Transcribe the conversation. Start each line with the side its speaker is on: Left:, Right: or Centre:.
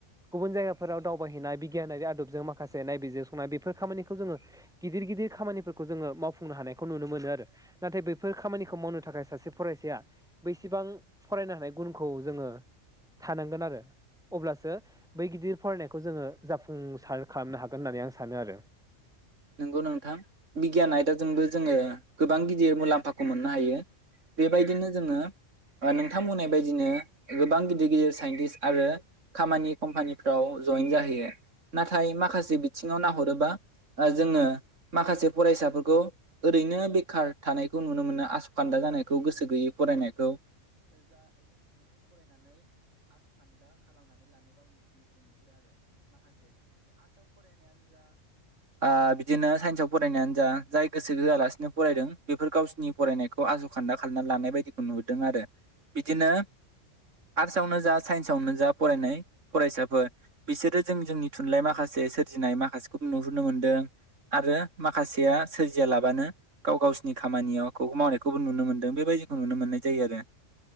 Centre: गुबुन जायगाफोराव दावबायहैनाय बिगियानारि आदबजों माखासे नायबिजिर संनाय बेफोर खामानिखौ जोङो गिदिर गिदिर खामानिफोरखौ जोङो मावफुंनो हानायखौ नुनो मोनो आरो नाथाय बैफोर खामानिखौ मावनो थाखाय सासे फरायसाया बेसेबां फरायनो हानाय गुनखौ जोङो थानांगोन आरो अब्लासो बै गिदिर फरायनायखौ जोङो जाफुंसार खालामनो हागोन होननानै आं सानो आरो
Right: नंगौ नोंथां बिगियान आयदाजोंबो जोङो गोबां गिदिर मुलाम्फाखौ मोननो हायो बेबायदिनो जोङो नोंथां बुंनाय बायदिनो गोबां गिदिर गिदिर साइन्टिस्ट आरो खामानि कम्पानि फ्राव जयेन जाहैयो नाथाय माखासे बिथिङाव नाहरोबा ओ जोङो माखासे फरायसाफोरखौ ओरैनो बेखार थानायखौ नुनो मोनो आसखान्दा जानायखौ गोसो गैयै फरायनायखौ। ओ बिदिनो साइन्सआव फरायनायानो जा जाय गोसो होआलासिनो फरायदों बेफोर गावसिरनि फरायनायखौ आस खान्दा खालामनानै लानाय बायदिखौ नुहुरदों आरो बिदिनो आर्टसआवनो जा साइन्सआवनो जा फरायनाय फरायसाफोर बिसोरो जों जोंनि थुनलाइ माखासे सोरजिनाय माखासेखौ नुहुरनो मोनदों। आरो माखासेया सोरजिया लाबानो गाव गावसिनि खामानियाव मावनायखौबो नुनो मोनदों बेबायदिखौ नुनो मोननाय जायो आरो।